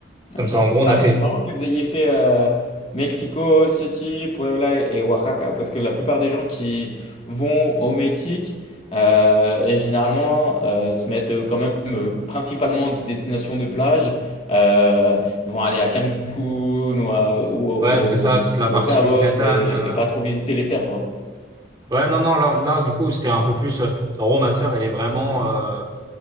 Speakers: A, on the right; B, on the left.
A: Comme
B: Ok.
A: ça, en gros, on
B: Ah,
A: a
B: mais
A: fait,
B: c'est marrant que vous ayez fait euh, Mexico City, Puebla et Oaxaca, parce que la plupart des gens qui vont au Mexique, euh, et généralement, euh, se mettent euh, quand même euh, principalement des destinations de plage, euh, vont aller à Cancun ou, à- ou, au-
A: ouais,
B: ou
A: c'est
B: au
A: ça, toute la partie
B: ou au Cabo
A: Yucatan.
B: et,
A: euh,
B: et pas trop visiter les terres, quoi.
A: Ouais, non, non, là, là du coup, c'était un peu plus. euh, Ro, ma sœur, elle est vraiment. euh,